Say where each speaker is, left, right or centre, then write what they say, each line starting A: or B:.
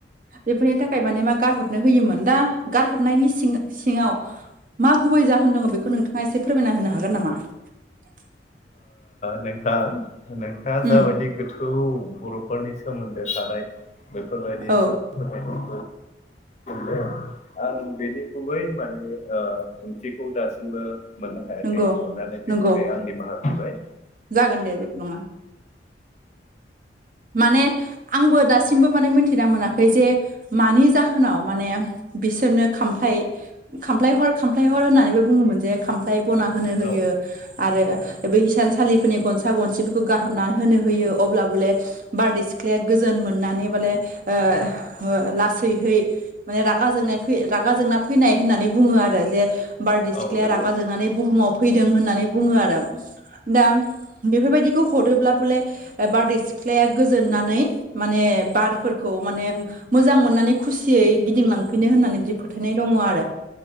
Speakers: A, on the right; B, on the left.
A: बेफोरनि थाखाय माने मा गारहरनो होयोमोन दा गारहरनायनि सिं सिङाव मा गुबै जाहोन दङ बेखौ नोंथाङा एसे फोरमायना होनो हागोन नामा <inaudible>
B: नोंथां नोंथाङा
A: उम
B: जाबायदि गोथौ बर'फोरनि सोमोन्दो थानाय बेफोरबायदि
A: औ
B: सुबुं <unintelligible> दों आं बेनि गुबै माने ओ ओंथिखौ दासिमबो मोननो हायाखै
A: नंगौ
B: अनानै बिनि
A: नंगौ
B: थाखाय आं निमाहा बिबाय
A: जागोन दे जेबो नङा माने आंबो दासिमबो माने मिथिना मोनाखै जे मानि जाहोनाव माने बिसोरनो खामफ्लाय खामफ्लाय हर खामफ्लाय हर होननानैबो बुङोमोन जे खामफ्लाय बना होनो होयो।
B: औ
A: आरो बे हिसानसालिफोरनि गनसा गनसिफोरखौ गारहरनानै होनो होयो अब्ला बले बारदै सिख्लाया गोजोन मोननानै बले ओ लासैहै माने रागा जोंनाय फै रागा जोंना फैनाय होननानै बुङो आरो जे बारदै सिख्लाया
B: औ नंगौ
A: रागा जोंनानै बुहुमाव फैदों होननानै बुङो आरो दा बेफोरबायदिखौ हरोब्ला बले बारदै सिख्लाया गोजोननानै माने बारफोरखौ माने मोजां मोननानै खुसियै गिदिंलांफिनो होननानै बिदि फोथायनाय दङ आरो